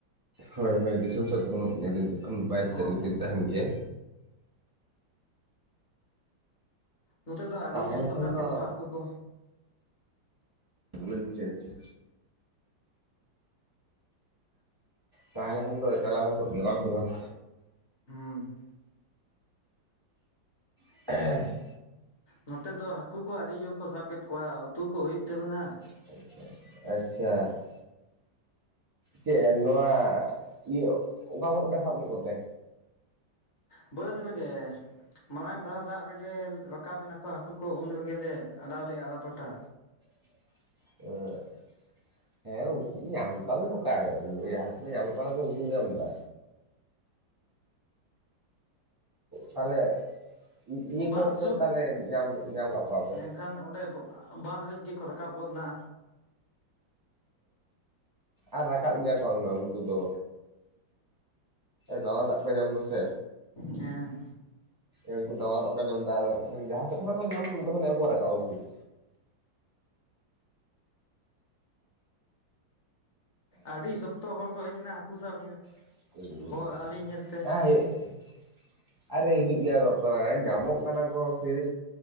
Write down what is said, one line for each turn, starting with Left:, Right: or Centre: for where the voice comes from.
Right: ᱦᱳᱭ ᱫᱤᱥᱚᱢ ᱫᱚ ᱵᱟᱹᱱ ᱧᱮᱞᱤᱧ ᱫᱚᱠᱷᱟᱱ ᱵᱟᱭᱨᱮ
Left: ᱚ
Right: ᱥᱮᱫ ᱨᱮᱮᱞᱤᱧ
Left: ᱦᱚᱸ
Right: ᱛᱟᱦᱮᱱ ᱜᱮᱭᱟ᱾
Left: ᱱᱚᱛᱮ ᱫᱚ ᱟᱹᱰᱤ
Right: ᱛᱟᱦᱮᱸ
Left: ᱡᱳᱨ
Right: ᱞᱮᱠᱷᱟᱱ
Left: ᱠᱚ ᱥᱟᱵ ᱠᱮᱫ
Right: ᱫᱚ
Left: ᱠᱚᱣᱟ ᱦᱟᱹᱠᱩ ᱠᱚ
Right: ᱟᱪᱪᱷᱟ ᱟᱪᱪᱷᱟ᱾ ᱛᱟᱦᱮᱸᱞᱮᱠᱷᱟᱱ ᱫᱚ ᱪᱟᱞᱟᱣ ᱦᱩᱭ ᱠᱚᱜ ᱜᱮᱭᱟ ᱵᱟᱝ ᱫᱚ ᱵᱟᱝ᱾
Left: ᱦᱩᱸ
Right: <unintelligible>
Left: ᱱᱚᱛᱮ ᱫᱚ ᱦᱟᱹᱠᱩ ᱠᱚ ᱟᱹᱰᱤ ᱡᱳᱨ ᱠᱚ ᱥᱟᱵ ᱠᱮᱫ ᱠᱚᱣᱟ ᱩᱛᱩ ᱠᱚ ᱦᱩᱭᱩᱜ ᱩᱛᱟᱞᱮᱱᱟ᱾
Right: ᱟ ᱟᱪᱪᱷᱟ ᱟᱪᱪᱷᱟ ᱾ ᱪᱮᱜ ᱱᱚᱣᱟ ᱤᱭᱟᱹ ᱚᱠᱟ ᱠᱚᱨᱮ ᱯᱮ ᱥᱟᱵ ᱠᱮᱫ ᱠᱚᱛᱮ?
Left: ᱵᱟᱹᱫᱽ ᱨᱮᱜᱮ᱾ ᱢᱟᱲᱟᱝ ᱫᱷᱟᱣ ᱫᱟᱜ ᱨᱮᱜᱮ ᱨᱟᱠᱟᱵ ᱮᱱᱟᱠᱚ ᱦᱟᱹᱠᱩ ᱠᱚ ᱩᱱ ᱨᱮᱜᱮᱞᱮ ᱚᱰᱟᱣ ᱞᱮᱜᱼᱟ ᱟᱲᱟ ᱯᱟᱴᱟ᱾
Right: <unintelligible> ᱦᱮᱸ ᱩᱝᱠᱩ ᱧᱟᱢ ᱠᱚᱣᱟᱵᱤᱱ ᱚᱠᱟᱨᱮ ᱡᱟᱦᱟᱸ ᱛᱤᱱᱟᱹᱜ ᱧᱟᱢᱚᱜ ᱠᱟᱱᱟ ᱠᱚ ᱩᱱᱠᱩ ᱜᱮ ᱟᱢᱫᱟ᱾ ᱛᱟᱦᱞᱮ ᱤᱭᱩᱟᱹ-ᱤᱭᱟᱹ
Left: ᱵᱟᱸᱫᱷ
Right: ᱠᱚᱯᱮ ᱛᱟᱦᱞᱮ ᱧᱟᱢ-ᱧᱟᱢ ᱠᱟᱜ ᱠᱚᱣᱟᱯᱮ᱾
Left: ᱮᱠᱷᱟᱱ ᱚᱸᱰᱮ ᱵᱟᱸᱫᱽ ᱨᱮᱡ ᱜᱮᱠᱚ ᱨᱟᱠᱟᱵ ᱜᱚᱫ ᱱᱟ᱾
Right: ᱟᱨ ᱨᱟᱠᱟᱵ ᱜᱮᱭᱟ ᱠᱚ ᱫᱚ ᱩᱱᱠᱩ ᱫᱚ᱾ ᱱᱟᱣᱟ ᱫᱟᱜ ᱠᱚ ᱧᱟᱢ ᱫᱟ ᱥᱮ᱾
Left: ᱦᱮᱸ
Right: ᱩᱱᱠᱩ ᱱᱟᱣᱟ ᱫᱟᱜ ᱠᱚ ᱧᱟᱢ ᱮᱫᱟ ᱟᱨ ᱵᱟᱠᱷᱟᱱ ᱡᱟᱦᱟᱸ ᱥᱮᱫ ᱠᱷᱚᱱᱟᱜ ᱠᱚ ᱧᱟᱢᱟ <unintelligible> ᱨᱟᱠᱟᱼᱟ ᱩᱱᱠᱩ ᱫᱚ᱾
Left: ᱟᱹᱰᱤ ᱥᱚᱠᱛᱚ ᱦᱚᱲ ᱠᱚ ᱦᱮᱡ ᱮᱱᱟ ᱦᱟᱹᱠᱩ ᱥᱟᱵ᱾
Right: <inaudible>
Left: ᱦᱚᱲ ᱟᱹᱞᱤᱧ ᱧᱮᱞᱛᱮ
Right: ᱦᱩᱭᱩᱜ ᱟᱨᱮ ᱦᱤᱡᱩᱜ ᱜᱮᱭᱟ ᱠᱚᱛᱚ ᱧᱟᱢᱚᱜ ᱠᱟᱱᱟ ᱠᱚ ᱯᱷᱤᱨᱤ